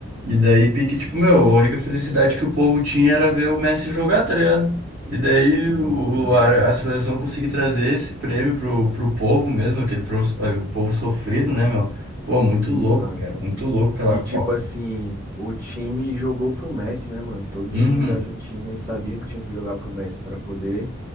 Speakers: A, on the right (about 65°); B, on the right (about 15°).
A: e daí, pique, tipo, meu, a única felicidade que o povo tinha era ver o Messi jogar, tá ligado? E daí
B: Sim,
A: o,
B: mano.
A: a, a seleção conseguiu trazer esse prêmio pro, pro povo mesmo, aquele pro o povo sofrido, né, meu? Pô, muito
B: Sim,
A: louco,
B: mano.
A: cara, muito louco aquela
B: E
A: Copa.
B: tipo assim, o time jogou pro Messi, né, mano? Todo time
A: Uhum.
B: da Argentina eles sabiam que tinha que jogar pro Messi pra poder